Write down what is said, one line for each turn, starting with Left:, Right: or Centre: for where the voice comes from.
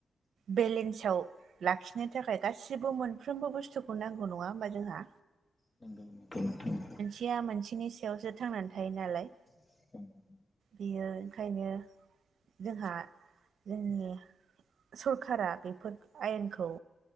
Right: बेलेन्साव लाखिनो थाखाय गासिबो मोनफ्रोमबो बुस्थुखौ नांगौ नङा होमबा जोंहा
Left: नंगौ नोंथां
Right: मोनसेया मोनसेनि सायावसो थांनानै थायो नालाय
Left: <unintelligible>
Right: बेयो ओंखायनो जोंहा जोंनि स सरखारा बेफोर आयेनखौ